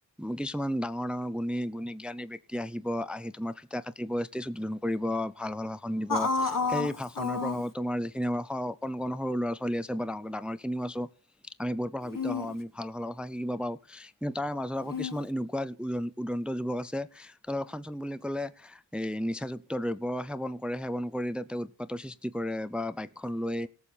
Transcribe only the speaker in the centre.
কিছুমান ডাঙৰ ডাঙৰ গুণী গুণী জ্ঞানী ব্যক্তি আহিব আহিব তোমাৰ ফিতা কাটিব ষ্টেজ উদ্বোধন কৰিব। ভাল ভাল ভাষণ দিব
সেই ভাষণৰ
প্ৰভাৱত তোমাৰ যিখিনি আমাৰ হওঁক। কণ কণ সৰু ল'ৰা ছোৱালী আছে বা তেওঁৰ ডাঙৰ খিনিও আছো আমি বহুত প্ৰভাৱিত
হওঁ আমি ভাল- হা শিকিব পাৰো। কিন্তু তাৰ মাজত আকৌ
কিছুমান এনেকুৱা উদন উদন্ত যুৱক আছে তাৰ লগত ফাংচন বুলি কলে- এই নিচাযুক্ত দ্ৰব্য সেৱন কৰে সেৱন কৰি তাতে উৎপাতৰ সৃষ্টি কৰে বা বাক্য - লৈ